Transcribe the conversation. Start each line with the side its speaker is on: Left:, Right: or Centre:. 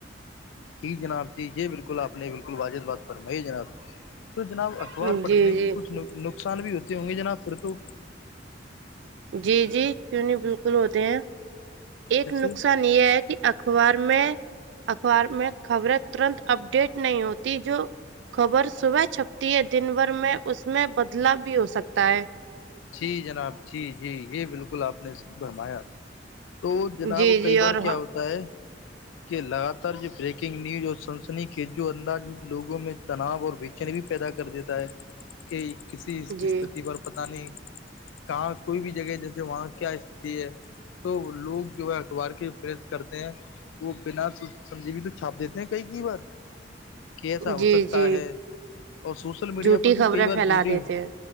Left: جی جناب جی یہ بالکل آپ نے بالکل واجب بات فرمائی جناب تو جناب اخبار
Right: جی
Left: پڑھنے کی
Right: جی
Left: کچھ نقصان بھی ہوتی ہوں گے جناب پھر تو
Right: جی جی کیوں نہیں بالکل ہوتے ہیں ایک
Left: جیسے
Right: نقصان یہ ہے کہ اخبار میں اخبار میں خبریں ترنت اپڈیٹ نہیں ہوتی جو خبر صبح چھپتی ہے دن بھر میں اس میں بدلاؤ بھی ہو سکتا ہے
Left: جی جناب جی جی یہ بالکل آپ نے صحیح برمایا تو جناب
Right: جی
Left: کئی
Right: جی
Left: بار
Right: اور
Left: کیا
Right: ہاں
Left: ہوتا ہے لگاتار جو بریکنگ نیوز اور سنسنی خیز جو انداز لوگوں میں تناؤ اور بے چینی پیدا کر دیتا ہے کہ کسی
Right: جی
Left: استتی پر پتہ نہیں کہاں کوئی بھی جگہ جیسے وہاں کیا استتی ہے تو لوگ جو ہے اخبار کی پریس کرتے ہیں وہ بنا سمجے بھی تو چھاپ دیتے ہیں کئی کئی بار کیسا ہو
Right: جی
Left: سکتا
Right: جی
Left: ہے اور سوشل میڈیا
Right: جھوٹی
Left: پر تو
Right: خبریں
Left: کئی بار
Right: پھیلا
Left: جھوٹی
Right: دیتے ہیں